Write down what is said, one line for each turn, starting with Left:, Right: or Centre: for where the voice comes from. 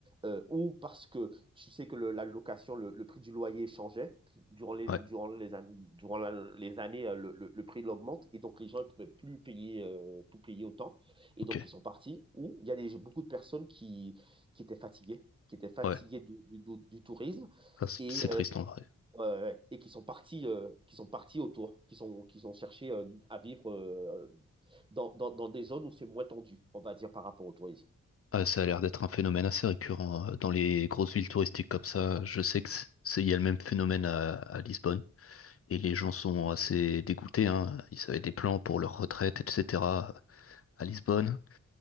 Right: euh, ou parce que tu sais que le- la location, le, le prix du loyer changeait. Durant les,
Left: Ouais.
Right: durant les, an- durant la- les années, euh, le, le, le prix l'augmente. Et donc, les gens ne pouvaient plus payer, euh, plus payer autant. Et
Left: Ok.
Right: donc, ils sont partis. Ou il y a des, beaucoup de personnes qui qui étaient fatigués, qui étaient fatigués
Left: Ouais.
Right: du, du, du, du tourisme
Left: Ça, c'est
Right: et,
Left: c'est triste
Right: euh,
Left: en vrai.
Right: ouais, ouais, ouais, et qui sont partis, euh, qui sont partis autour, qui sont, qui ont cherché euh, à vivre euh, dans, dans, dans des zones où c'est moins tendu, on va dire, par rapport au tourisme.
Left: Ah, ça a l'air d'être un phénomène assez récurrent euh, dans les grosses villes touristiques comme ça. Je sais que c'est, il y a le même phénomène à, à Lisbonne et les gens sont assez dégoûtés, hein. Ils avaient des plans pour leur retraite, etc. à Lisbonne.